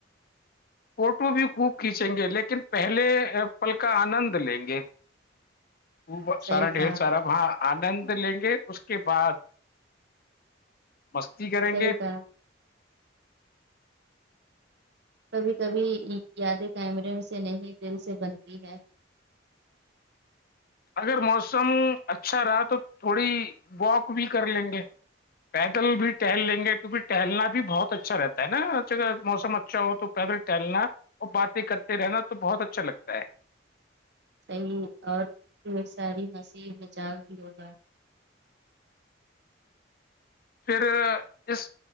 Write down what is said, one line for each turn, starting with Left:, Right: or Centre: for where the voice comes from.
Left: فوٹو بھی خوب کھینچیں گے لیکن پہلے پل کا آنند لیں گے خوب
Right: صحیح
Left: سارا
Right: کہا
Left: ڈھیر سارا وباں آنند لیں گے اس کے بعد مستی کریں
Right: صحیح
Left: گے
Right: کہا کبھی کبھی یادیں کیمروں سے نہیں دل سے بنتی ہے
Left: اگر موسم اچھا رہا تو تھوڑی واک بھی کر لیں گے پیدل بھی ٹہل لیں گے کیونکہ ٹہلنا بھی بہت اچھا رہتا ہے نا جگر موسم اچھا ہو تو پیدل ٹیہلنا اور باتیں کرتے رہنا تو بہت اچھا لگتا ہے
Right: صحیح اور ڈھیر ساری ہسی <unintelligible> بھی ہوگا
Left: پھر اس